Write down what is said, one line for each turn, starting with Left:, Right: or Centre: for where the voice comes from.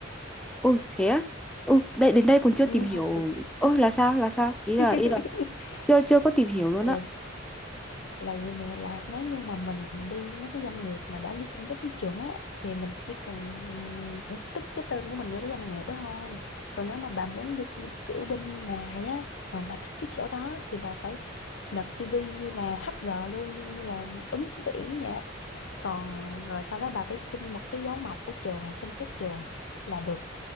Centre: Ôi thế á? Ừ, đây đến đây còn chưa
Left: Ừ,
Centre: tìm hiểu.
Left: hơi cực.
Centre: Ôi là sao? Là sao? Ý là
Left: <laughs>
Centre: ý là chưa chưa có tìm hiểu luôn
Left: Là
Centre: á.
Left: là gì nè là nếu như mà mình đi mấy cái doanh nghiệp mà đã liên kết với trường á thì mình chỉ cần ừ, tích cái tên của mình vô cái doanh nghiệp đó thôi còn nếu mà bà muốn đi kiểu bên ngoài á mà bà thích cái chỗ đó thì bà phải nộp CV như là HR luôn như như là ứng tuyển vậy á. còn rồi sau đó bà phải xin một cái dấu mộc của trường rồi xin phép trường là được